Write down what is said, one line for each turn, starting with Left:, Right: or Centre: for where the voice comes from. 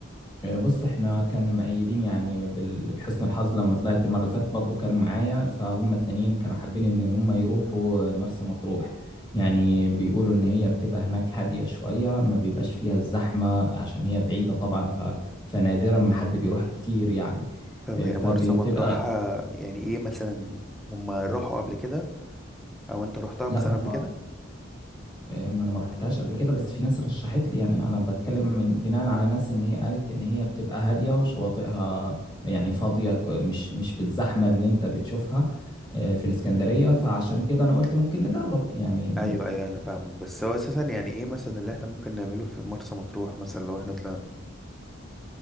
Left: بص إحنا كانوا مؤيدين يعني بالحسن الحظ لما طلعت المرة اللي فاتت برضو كانوا معايا فهم التانيين كانوا حابين إن هم يروحوا مرسى مطروح يعني بيقولوا إن هي بتبقى هناك هادية شوية ما بيبقاش فيها الزحمة عشان هي بعيدة طبعا ف... فنادرا ما حد بيروح كتير يعني
Centre: طب
Left: آه،
Centre: هي
Left: فبتبقى
Centre: مرسى مطروح آه، يعني ايه مثلا هم راحوا قبل كده او انت رحتها
Left: لا
Centre: مثلا
Left: هم
Centre: قبل كده
Left: آه، ما انا ما رحتهاش قبل كده بس في ناس رشحت لي يعني انا بتكلم من بناء على ناس ان هي قالت ان هي بتبقى هاديه وشواطئها يعني فاضيه ك- مش مش بالزحمه اللي انت بتشوفها آه، في الاسكندريه فعشان كده انا قلت ممكن نجرب يعني
Centre: ايوه ايوه انا فاهمك بس هو اساسا يعني ايه مثلا اللي احنا ممكن نعمله في مرسى مطروح مثلا لو احنا طلعنا